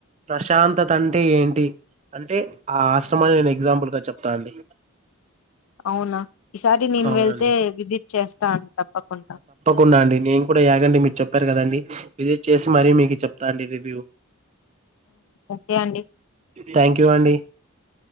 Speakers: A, on the right; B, on the left.
A: ప్రశాంతతంటే ఏంటి అంటే ఆ ఆశ్రమాన్ని నేను ఎగ్జాంపుల్గా చెప్తానండి
B: అవునా ఈసారి నేను
A: అవునండి
B: వెళ్తే విజిట్ చేస్తాను తప్పకుండా
A: కున్నా అండి నేను కూడా యగండి మీరు చెప్పారు కదండి విజిట్ చేసి మరీ మీకు చెప్తా అండి రివ్యూ
B: ఓకే అండి
A: థ్యాంక్ యూ అండి